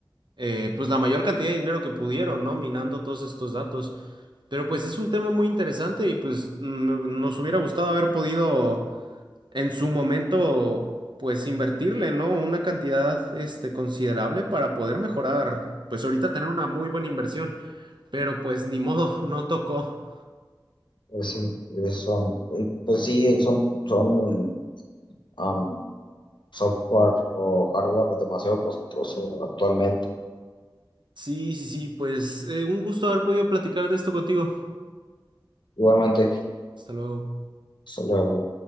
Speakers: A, on the right; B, on the left.
A: eh, pues la mayor cantidad de dinero que pudieron, ¿no? Minando todos estos datos. Pero pues es un tema muy interesante y pues mm, nos hubiera gustado haber podido en su momento pues invertirle, ¿no? Una cantidad este considerable para poder mejorar, pues ahorita tener una muy buena inversión, pero pues ni modo, <laughs> no tocó.
B: Es decir, eh, son, eh, pues sí, eh, son, son am, software o hardware demasiado costoso actualmente.
A: Sí, sí, sí, pues eh, un gusto haber podido platicar de esto contigo.
B: Igualmente,
A: Hasta luego.
B: solo